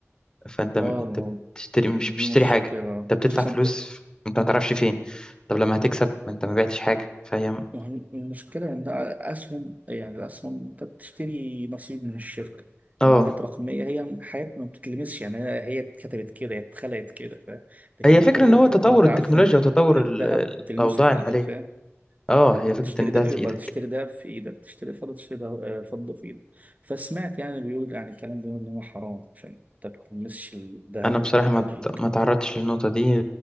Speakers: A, on the left (about 15°); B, on the right (about 30°).
A: فانت م-
B: آه
A: انت
B: ما هو
A: بتشتري مش
B: دي
A: بتشتري
B: مشكلة
A: حاجه انت بتدفع
B: خصوصا
A: فلوس
B: أنت
A: انت ما تعرفش فين طب لما هتكسب ما انت ما بعتش حاجه فهي م-
B: وهم- المشكلة إن ده أسهم يعني الأسهم أنت بتشتري نصيب من الشركة
A: اه
B: عملات رقمية هي حياتنا ما بتتلمسش يعني هي هي اتكتبت كده هي اتخلقت كده فاهم لكن
A: هي الفكره
B: الذهب
A: ان
B: والفضة
A: هو تطور
B: أنت
A: التكنولوجيا
B: عارف إن
A: وتطور
B: الذهب
A: ال- ال-
B: تلمسه
A: الاوضاع
B: في
A: الماليه
B: إيدك فاهم؟
A: اه
B: يعني
A: هي
B: انت
A: فكره
B: بتشتري
A: ان ده
B: دهب
A: في
B: يبقى
A: ايدك
B: تشتري دهب في ايدك تشتري فضه تشتري ده- آه، فضه في ايدك فسمعت يعني بيقول يعني الكلام بيقول ان هو حرام عشان انت ما تلمسش الذهب
A: انا بصراحه
B: او الفضه
A: ما ت-
B: في ايدك
A: ما تعرضتش للنقطه دي